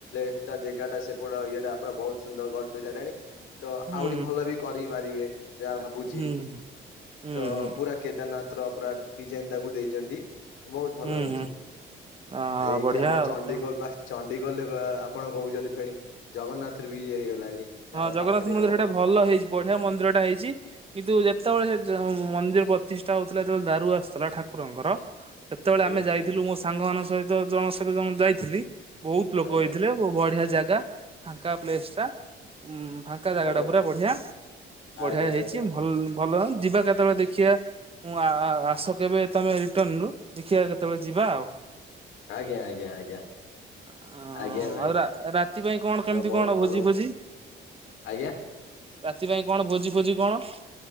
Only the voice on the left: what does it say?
ସେଟା ଜାଗା ଟା ସେଟା ଇଏଟା ପୁରା ବହୁତ୍ ସୁନ୍ଦର କରି ସାରିଲାଣି ତ
ଆହୁରି ଭଲ ବି କରିପାରିବେ। ଯାହା ଭାବୁଛି
ତ ପୁରା କେଦାରନାଥ ର ପୁରା ଡିଜାଇନ୍ ତାକୁ ଦେଇଛନ୍ତି। ବୋହୁତ ଭଲ
ହେଇଛି
ଏଇଠି
ଆମ
ଚଡ଼ିଖୋଲ
ପା ଚଣ୍ଡିଖୋଲ ବା ଆପଣ କହୁଛନ୍ତି ଫେଣି ଜଗନ୍ନାଥ ରେ ବି ଇଏ ହେଇଗଲାଣି। ଆଉ
ପାଖରେ
ଆମର
ଆଜ୍ଞା
ଆଜ୍ଞା
ଆଜ୍ଞା
ଆଜ୍ଞା।
ଆଜ୍ଞା
ଆଜ୍ଞା
ଆଜ୍ଞା ଆଜ୍ଞା ଆଜ୍ଞା
ଆଜ୍ଞା ଭାଇ
ତ
ବହୁତ
ଭଲ
ଆଜ୍ଞା।